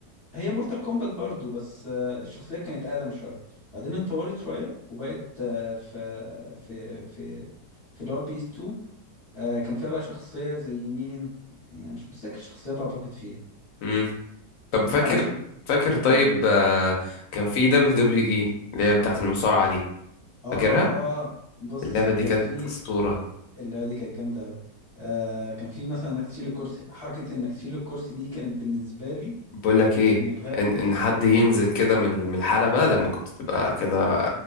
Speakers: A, on the left; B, on the left.
A: هي مورتال كومبات برضو بس آه الشخصية كانت اقدم شوية بعدين اتطورت شوية وبقت آه في في في في اللي هو بي اس 2 آه كان فيها بقى شخصية زي مين يعني انا مش متذكر الشخصيات اعتقد فيها
B: امم طب
A: لا
B: فاكر
A: مش مت...
B: فاكر طيب
A: مم.
B: آه، كان في دبليو دبليو اي اللي هي بتاعت المصارعة دي
A: اه
B: فاكرها
A: اه بص
B: اللعبة
A: كان
B: دي كانت
A: في
B: أسطورة
A: اللعبه دي كانت جامده قوي آه كان في مثلا انك تشيل الكرسي حركه انك تشيل الكرسي دي كانت بالنسبه لي
B: بقول لك ايه
A: مبهره
B: ان ان حد
A: مبهره
B: ينزل كده من من الحلبة لما كنت تبقى كده